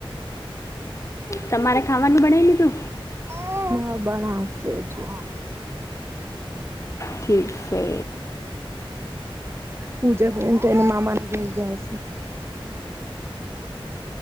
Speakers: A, on the left (about 30°); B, on the right (about 25°).
A: તમારે ખાવાનું બનાવી લીધુ.
B: હ બણાવશે હજુ
A: ઠીક છે.
B: પૂજા પ એ તો એને મામાને ક જાય છે.